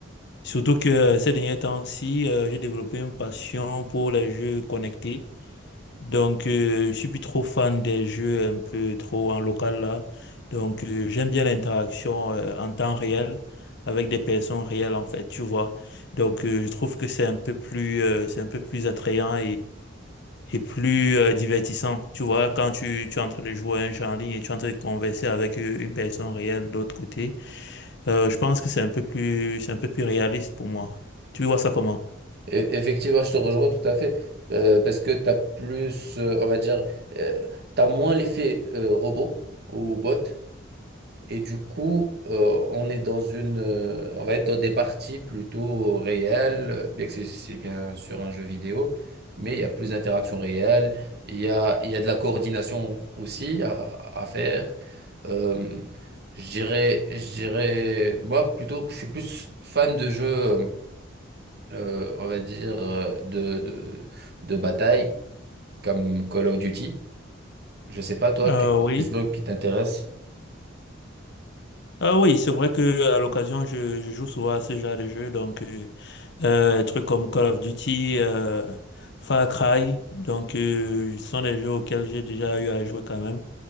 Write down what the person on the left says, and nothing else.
Surtout que euh, ces derniers temps-ci, euh, j'ai développé une passion pour les jeux connectés. Donc, euh, je suis plus trop fan des jeux un peu trop en local là. Donc, euh, j'aime bien l'interaction euh, en temps réel avec des personnes réelles en fait, tu vois. Donc, euh, je trouve que c'est un peu plus, euh, c'est un peu plus attrayant et plus euh, divertissant. Tu vois, quand tu, tu es en train de jouer à un jeu en ligne et tu es en train de converser avec euh, une personne réelle de l'autre côté, euh, je pense que c'est un peu plus, c'est un peu plus réaliste pour moi. Tu vois ça comment?
Euh,
oui.
Ah oui, c'est vrai que à l'occasion, je, je joue souvent à ce genre de jeu, donc euh, euh, des trucs comme Call of Duty, euh, Far Cry, donc euh, ce sont des jeux auxquels j'ai déjà eu à jouer quand même,